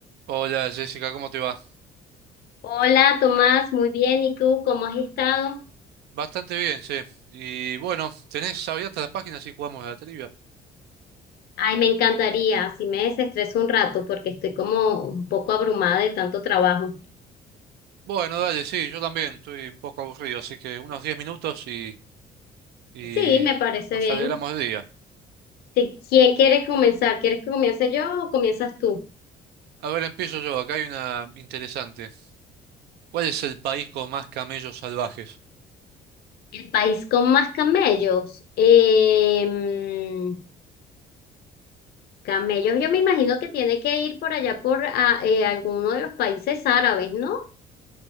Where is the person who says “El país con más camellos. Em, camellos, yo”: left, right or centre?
Left